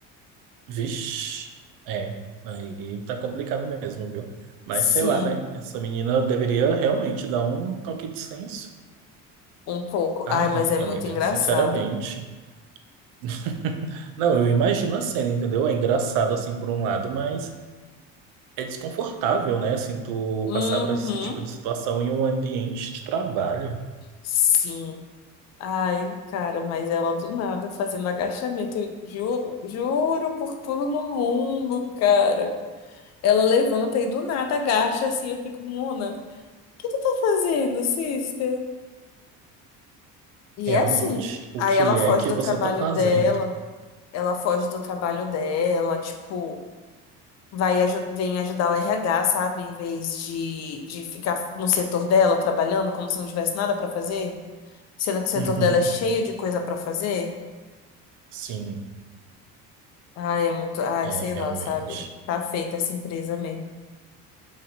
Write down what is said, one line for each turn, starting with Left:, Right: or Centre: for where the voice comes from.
Right: Vixe, é, aí tá complicado mesmo, viu? Mas
Left: Sim.
Right: sei lá, né? Essa menina deveria realmente dar um toque de senso.
Left: Um pouco.
Right: Ai,
Left: Ai, mas é
Right: amiga,
Left: muito engraçado.
Right: sinceramente. <laughs> Não, eu imagino a cena, entendeu? É engraçado assim por um lado, mas é desconfortável, né? Assim, tu
Left: Uhum.
Right: passar por esse tipo de situação em um ambiente de trabalho,
Left: Sim. Ai, cara, mas ela do nada fazendo agachamento. Eu juro, juro por tudo no mundo, cara. Ela levanta e do nada agacha assim. Eu fico, Mona, o que tu tá fazendo, sister? E
Right: realmente.
Left: é assim.
Right: O
Left: Aí
Right: que
Left: ela foge
Right: é que
Left: do
Right: você
Left: trabalho
Right: tá fazendo?
Left: dela. Ela foge do trabalho dela, tipo. vai, aju- vem ajudar o RH, sabe? Em vez de, de ficar no setor dela trabalhando como se não tivesse nada pra fazer, sendo que o setor
Right: Uhum,
Left: dela é cheio de coisa pra fazer.
Right: sim,
Left: Ai, é muito, ai,
Right: é,
Left: sei lá,
Right: realmente.
Left: sabe? Tá feita essa empresa mesmo,